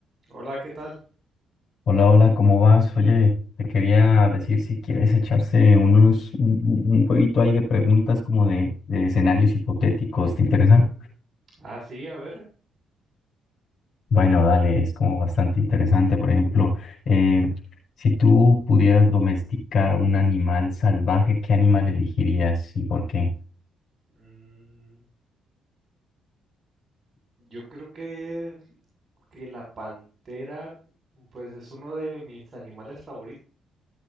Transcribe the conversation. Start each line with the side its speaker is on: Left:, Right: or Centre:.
Right: Hola, ¿qué tal?
Left: Hola, hola, ¿cómo vas? Oye, te quería decir si quieres echarse unos, un, un- un jueguito ahí de preguntas como de, de escenarios hipotéticos, ¿te interesa?
Right: Ah, sí, a ver.
Left: Bueno, dale, es como bastante interesante. Por ejemplo, eh, si tú pudieras domesticar a un animal salvaje, ¿qué animal elegirías y por qué?
Right: mm, yo creo que, que la pantera, pues es uno de mis animales favoritos.